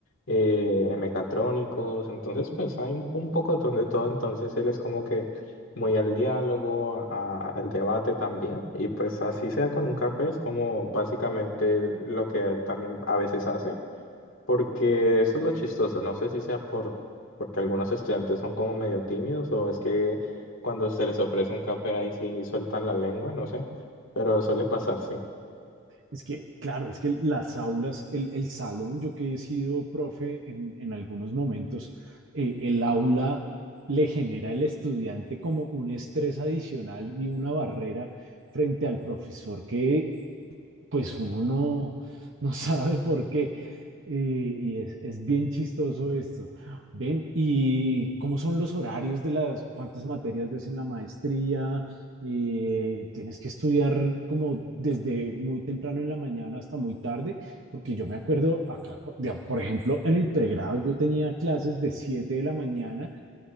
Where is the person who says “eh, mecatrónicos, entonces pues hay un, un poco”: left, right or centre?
Left